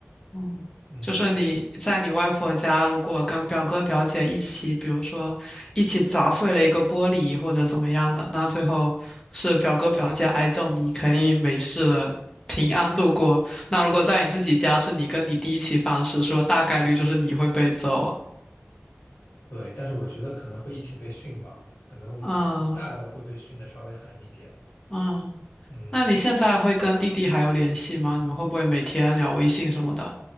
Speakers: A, on the left; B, on the left.
A: 嗯，
B: 嗯，
A: 就是你在你外婆家，如果跟表哥表姐一起，比如说一起砸碎了一个玻璃或者怎么样的，那最后是表哥表姐挨揍，你可以没事的平安度过。那如果在你自己家，是你跟你弟一起犯事，是不是大概率就是你会被揍啊？
B: 对，但是我觉得可能会一起被训吧，可能我大的会被训的稍微狠一点。
A: 嗯嗯。
B: 嗯，
A: 那你现在会跟弟弟还有联系吗？你们会不会每天聊微信什么的？